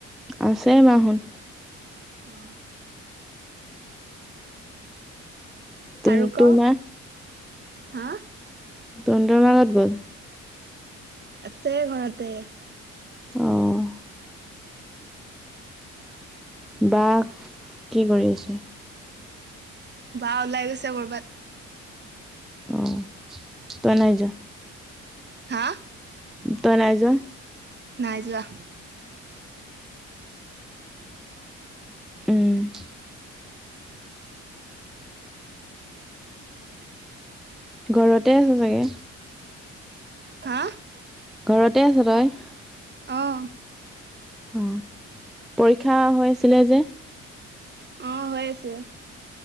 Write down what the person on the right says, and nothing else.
অহ
আৰু
ক
হা
আছে ঘৰতে
বা ওলাই গৈছে কৰ'বাত।
হা
নাই যোৱা।
হা
অহ
অহ, হৈ আছে।